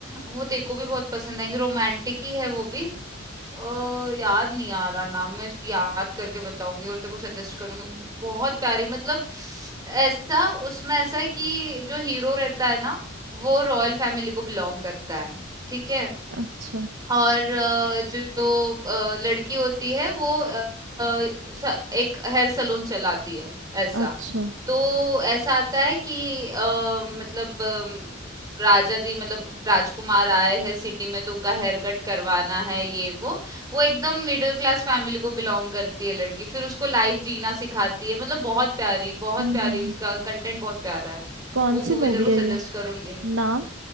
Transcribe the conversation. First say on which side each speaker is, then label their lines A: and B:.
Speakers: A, on the right; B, on the right.
A: वो तेको भी बहुत पसंद आएंगी रोमांटिक ही है वो भी अ, याद नहीं आ रहा नाम मैं याद करके बताऊंगी और तेरे को सजेस्ट करूंगी बहुत प्यारी मतलब ऐसा उसमें ऐसा है कि जो हीरो रहता है ना वो रॉयल फैमिली को बिलोंग करता है ठीक है
B: अच्छा
A: और अ, जो अ, लड़की होती है वो अ, स- एक हेयर सलून चलाती है ऐसा
B: अच्छा
A: तो ऐसा आता है कि अ, मतलब अम, राजा जी मतलब राजकुमार आए हैं सिटी में तो उनका हेयर कट करवाना है ये वो वो एकदम मिडिल क्लास फैमिली को बिलोंग करती है लड़की फिर उसको लाइफ जीना सिखाती है मतलब बहुत प्यारी बहुत
B: हम्म
A: प्यारी
B: हम्म
A: उसका कंटेंट बहुत प्यारा है
B: कौन
A: वो
B: सी
A: मूवी
B: मूवी
A: तेरे को
B: है
A: सजेस्ट
B: ये
A: करूंगी
B: नाम